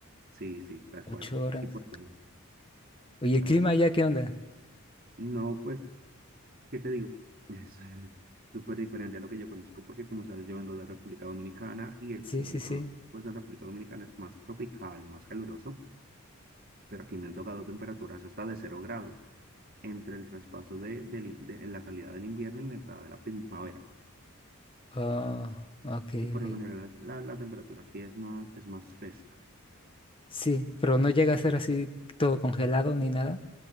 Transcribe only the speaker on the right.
Sí, sí, tal
cual.
Y pues bueno,
¿sabes?
No, pues, ¿qué te digo? Es eh, súper diferente a lo que yo conozco porque, como sabes, yo vengo de República Dominicana y el
clima,
pues, de República Dominicana es más tropical, más caluroso, pero aquí me han tocado temperaturas hasta de cero grados entre el traspaso de, del in- de- en la salida del invierno y la entrada de la primavera.
Y por
lo general la, la temperatura aquí es más, es más fresca.